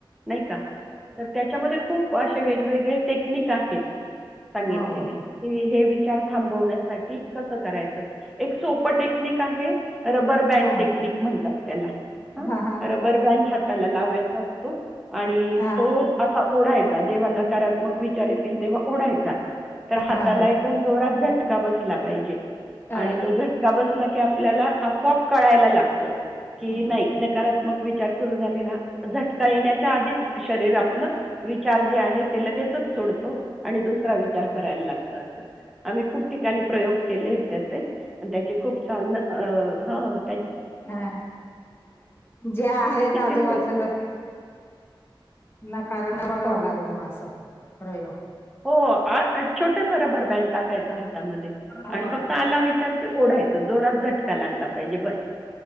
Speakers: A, in the centre; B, on the left.
A: नाही का तर त्याच्यामध्ये खूप व अशे वेगवेगळे टेक्निक आहेत. सांगितलेले
B: हां
A: हे विचार थांबण्यासाठी कसं करायचं एक सोप पण टेक्निक आहे रबर बँड
B: हां
A: टेक्निक म्हणतात त्याला ह
B: हां हां
A: रबर बँड हाताला लावायचाअस तू आणि
B: हां
A: तो असा ओढायचा जेव्हा नकारात्मक विचार येतील तेव्हा ओढायचा तर हाताला
B: हां हां
A: एकदम जोरात झट का बसला पाहिजे
B: अ,
A: आणि तो जर बसला की आपल्याला आपोआप कळायला लागतं की
B: हं
A: नाही
B: हां
A: नकारात् मग विचार सुरू झाले ना झटका येण्याच्या आधीच शरीर आपलं विचार जे आहेत ते लगेच सोडतो आणि दुस विचार
B: हं
A: करायला लागतात आम्ही खूप ठिकाणी प्रयोग केलेत त्याचे त्याची खूप छान न अ हं
B: हा जे आहेत
A: किती
B: आजूबाजूला
A: सोप
B: नकारान बघावा
A: हो.
B: लागेल मग असं. प्रयोग
A: हो, आ छोटासा रबर बँड टाकायचा. त्यामध्ये
B: हो
A: आणि फक्त आला विचार की, पुढ हायत जोरात झटका लागला पाहिजे बरं.